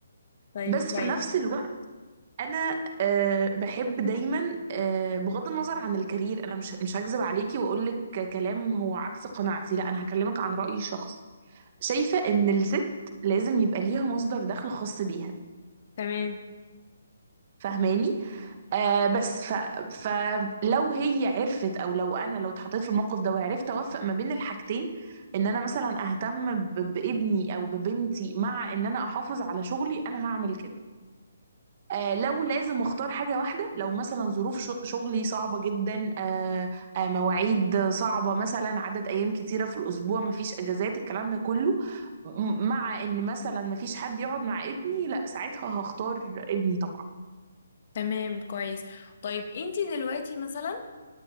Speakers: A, on the left; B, on the right.
A: طيب
B: بس
A: كويس
B: في نفس الوقت انا آه، بحب دايما آه، بغض النظر عن الكارير انا مش مش هكذب عليكي واقول لك كلام هو عكس قناعتي لا انا هكلمك عن رايي الشخصي شايفة ان الست لازم يبقى ليها مصدر دخل خاص بيها
A: تمام
B: فاهماني آه بس ف... فلو هي عرفت او لو انا لو اتحطيت في الموقف ده وعرفت اوفق ما بين الحاجتين ان انا مثلا اهتم ب... بابني او ببنتي مع ان انا احافظ على شغلي انا هعمل كده آه لو لازم اختار حاجة واحدة لو مثلا ظروف ش- شغلي صعبة جدا آه آه مواعيد صعبة مثلا عدد ايام كتيرة في الاسبوع مفيش اجازات الكلام ده كله م- مع ان مثلا مفيش حد يقعد مع ابني لا ساعتها هختار ابني طبعا
A: تمام كويس طيب انتي دلوقتي مثلا